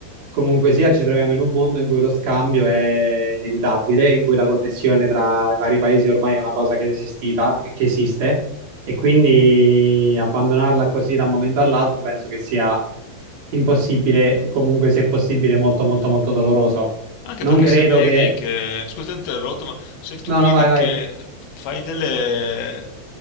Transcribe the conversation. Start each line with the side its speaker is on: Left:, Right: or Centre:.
Right: comunque sia ci troviamo in un mondo in cui lo scambio è inevitabile, in cui la connessione tra i vari paesi ormai è una cosa che è esistita e che esiste e quindi abbandonarla così da un momento all'altro penso che sia impossibile, e comunque se possibile molto molto molto doloroso.
Left: Anche
Right: Non
Left: perché
Right: credo
Left: se vedi
Right: che...
Left: che, scusa, ti ho interrotto, ma se tu
Right: No,
Left: vedi
Right: no, vai, vai.
Left: che fai delle,